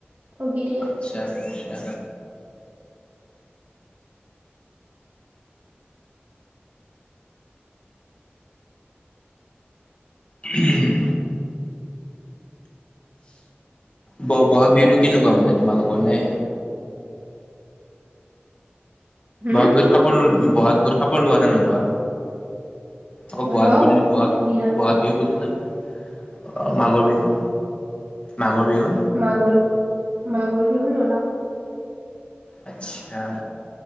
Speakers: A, on the right; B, on the left.
A: ঠগি দিয়ে।
B: আচ্ছা, আচ্ছা। উম। ব' ব'হাগ বিহুতটো কেনেকুৱা মানে তোমালোকৰ নে-
A: হম
B: ব'হাগ বিহুত কাপোৰ, ব'হাগ বিহুত কাপোৰ লোৱা নে নোলোৱা? অকল ব'হাগ
A: লওঁ
B: বিহুৰ,
A: বিহান
B: ব'হাগ
A: লওঁ
B: বিহুৰ- অহ, মাঘৰ বিহু, মাঘৰ বিহু।
A: মাঘৰ-মাঘৰ বিহুত নলওঁ।
B: আচ্ছা।